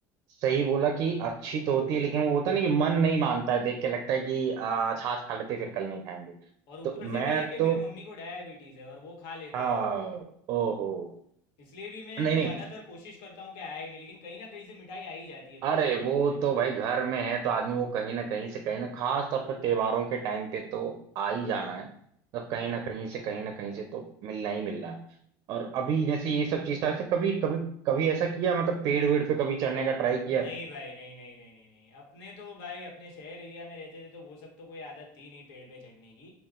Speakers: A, on the right; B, on the left.
A: सही बोला कि अच्छी तो होती है लेकिन वो होता है ना कि मन नहीं मानता है देख के लगता है कि आ, आज आज खा लेते हैं, फिर कल नहीं खाएंगे
B: और ऊपर
A: तो मैं
B: से क्या है कि
A: तो
B: मेरे मम्मी को डायबिटीज़ है और वो खा लेते
A: हाँ
B: हैं
A: ओहो
B: इसलिए भी मैं है
A: नहीं
B: ना
A: नहीं
B: ज़्यादातर कोशिश करता हूँ कि आए नहीं लेकिन कहीं ना कहीं से मिठाई आ ही जाती है घर
A: अरे
B: में थोड़े
A: वो
B: दिन में
A: तो भाई घर में है तो आदमी वो कहीं ना कहीं से कहीं ना खास तौर पर त्योहारों के टाइम पे तो आ ही जाना है मतलब कहीं ना कहीं
B: हाँ
A: से कहीं ना
B: भाई
A: कहीं से तो मिलना ही मिलना है और अभी जैसे ये सब चीज था ऐसे कभी कभी कभी ऐसा किया मतलब पेड़ वेड़ पे कभी चढ़ने का ट्राई किया
B: नहीं भाई नहीं नहीं नहीं नहीं नहीं अपने तो भाई अपने शहर एरिया में रहते थे तो वो सब तो कोई आदत थी नहीं पेड़ पे चढ़ने की